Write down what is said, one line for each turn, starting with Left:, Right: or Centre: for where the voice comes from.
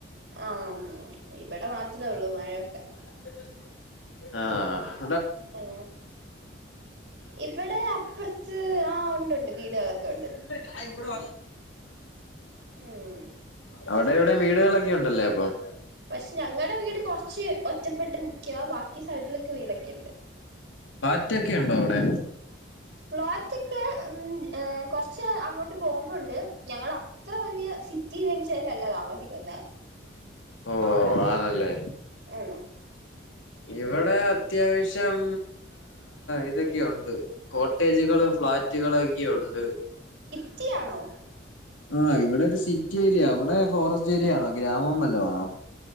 Right: ആഹ് ഇവിടെ മാത്രെ ഉള്ളു മഴയൊക്കെ
Left: ആഹ്
Right: ആണൊ. ഇവടെ അപ്പറത്ത് ആഹ് ഒണ്ടുണ്ട് വീടുകളൊക്കെ ഉണ്ട്
Left: ഇല്ല കൂ വ
Right: ഉം
Left: അവിടെ ഇവിടെ വീടുകളൊക്കെ ഉണ്ടല്ലേ അപ്പം
Right: പക്ഷെ ഞങ്ങളടെ വീട് കുറച്ച് ഒറ്റപ്പെട്ട് നിക്കുക ബാക്കി സൈഡില വീടൊക്കെ ഉണ്ട്
Left: മറ്റൊക്കെ ഉണ്ടോ അവിടെ
Right: ലോറ്റക്കെ ഉ കൊറച്ച് അങ്ങോട്ട് പോകുമ്പോണ്ട് ഞങ്ങ അത്ര വലിയ സിറ്റിനച്ചല്ലല്ലോ താമസിക്കുന്ന
Left: ഓ അതല്ലേ
Right: ആണോ
Left: ഇവിടെ അത്യാവശ്യം ഇതൊക്കെ ഉണ്ട് കോട്ടേജുകൾ ഫ്ളാറ്റുക ഉണ്ട്
Right: കുറ്റിയണോ
Left: ആഹ് ഇവിടെ ഒരു സിറ്റി ഏരിയ അവിടെ ഫോറസ്റ്റ് ഏരിയ ആണോ ഗ്രാമം വല്ല ആണോ